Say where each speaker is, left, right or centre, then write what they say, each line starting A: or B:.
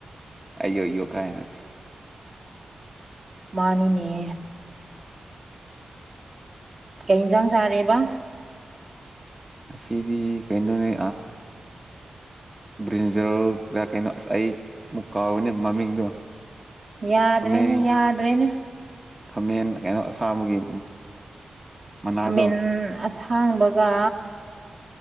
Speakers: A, on the right; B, on the right.
A: ꯑꯌꯣ ꯑꯌꯣ ꯀꯥꯏ ꯅ
B: ꯃꯥꯅꯤꯅꯦ ꯀꯩ ꯏꯟꯁꯥꯡ ꯆꯥꯔꯦꯕ
A: ꯑꯁꯤꯗꯤ ꯀꯩꯅꯩꯅꯣꯅꯤ ꯕ꯭ꯔꯤꯟꯖꯔ ꯀꯩꯅꯣ ꯑꯁ ꯑꯩ ꯑꯃꯨꯛ ꯀꯥꯎꯅꯦ ꯃꯃꯤꯡꯗꯣ
B: ꯌꯥꯗ꯭ꯔꯦꯅꯦ
A: ꯈꯥꯃꯦꯟ
B: ꯌꯥꯗ꯭ꯔꯦꯅꯦ
A: ꯈꯥꯃꯦꯟ ꯀꯩꯅꯣ ꯑꯁꯥꯕꯒꯤ ꯃꯅꯥꯗꯣ
B: ꯈꯥꯃꯦꯟ ꯑꯁꯥꯡꯕꯒ